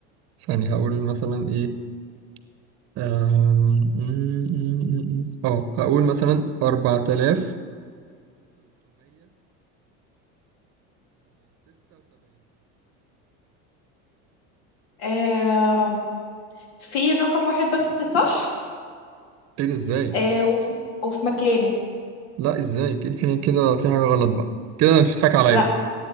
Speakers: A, on the right; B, on the left.
A: ثانية هقول مثلا ايه آم، م- م- م- م. اه هقول مثلا 4376
B: آه في رقم واحد بس صح
A: ايه ده ازاي
B: آه وفي, وفي مكانه
A: لا ازاي كده في كده في حاجة غلط بقى كده انت بتضحك عليا
B: لا